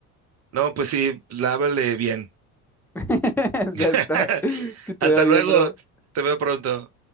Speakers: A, on the right (about 35°); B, in the centre.
A: no, pues sí, lávale bien.
B: <laughs>
A: <laughs>
B: Ya está. Que te
A: Hasta
B: vea bien,
A: luego,
B: bro.
A: te veo pronto.